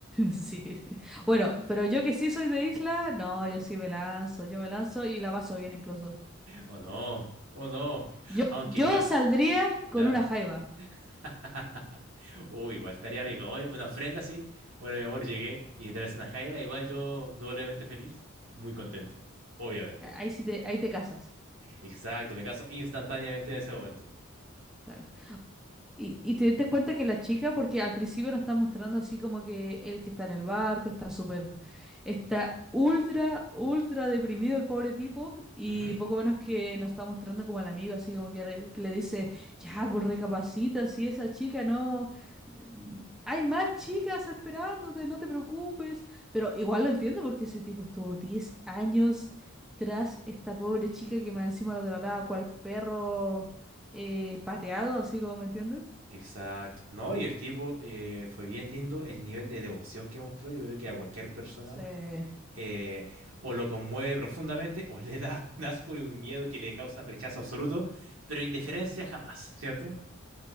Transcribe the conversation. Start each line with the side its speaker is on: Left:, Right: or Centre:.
Centre: Sí. Bueno, pero yo que sí soy de isla, no, yo sí me lanzo, yo me lanzo y la paso bien incluso.
Right: O no, o no,
Centre: Yo,
Right: aunque
Centre: yo
Right: igual,
Centre: saldría
Right: ¿ya?
Centre: con una jaiba.
Right: <laughs> Uy, igual estaría rico, Oye, una ofrenda así, bueno mi amor, llegué y entras una jaiba, igual yo doblemente feliz, muy contento, obviamente.
Centre: A- Ahí sí te, ahí te casas.
Right: Exacto, me caso instantáneamente en ese momento.
Centre: claro. Y, y te diste cuenta que la chica, porque al principio lo está mostrando así como que el que está en el barco está súper, está ultra, ultra deprimido el pobre tipo y
Right: Ujú.
Centre: poco menos que nos está mostrando como al amigo, así como que, re- que le dice, ya, pues recapacita, si esa chica no, n- hay más chicas esperándote, no te preocupes, pero igual lo entiendo porque ese tipo estuvo 10 años tras esta pobre chica que más encima lo trataba cual perro eh, pateado, así como, ¿me entiendes?
Right: Exacto. No, y el tipo eh, fue bien lindo el nivel de devoción que mostró. Yo creo que a cualquier persona
Centre: Sí.
Right: eh, o lo conmueve profundamente o <laughs> le da un asco y un miedo que le causan rechazo absoluto, pero indiferencia jamás, ¿cierto?